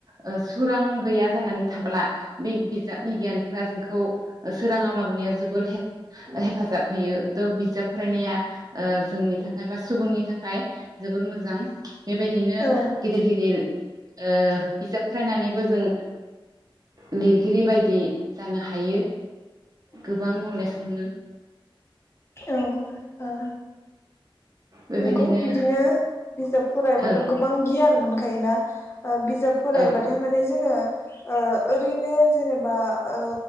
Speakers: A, on the right (about 45°); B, on the left (about 30°).
A: ओ सोरां गैया जानानै थाब्ला बे बिजाबनि गियानफोरा जोंखौ सोराङाव लाबोनाया जोबोर हेल्प हेफाजाब होयो थ' बिजाब फरायनाया जोंनि थाखाय बा सुबुंनि थाखाय जोबोर मोजां बेबायदिनो
B: औ
A: गिदिर गिदिर ओ बिजाब फरायनानैबो जों लिरगिरि बायदि जानो हायो गोबां नलेज मोनो
B: औ ओ
A: बेबायदिनो
B: नंगौ बिदिनो बिजाब फरायबाथ'
A: औ
B: गोबां गियान मोनखायोना ओ बिजाब फरायबाथाय
A: औ
B: माने जोङो ओ ओरैनो जेनेबा ओ